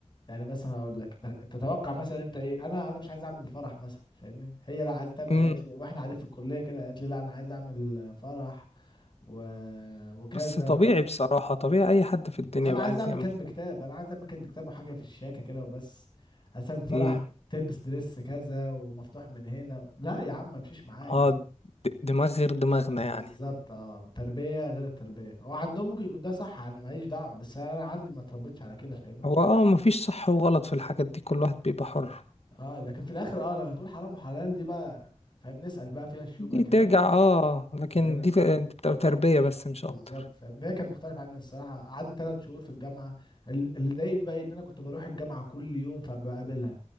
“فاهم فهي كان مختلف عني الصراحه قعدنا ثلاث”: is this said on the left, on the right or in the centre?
Left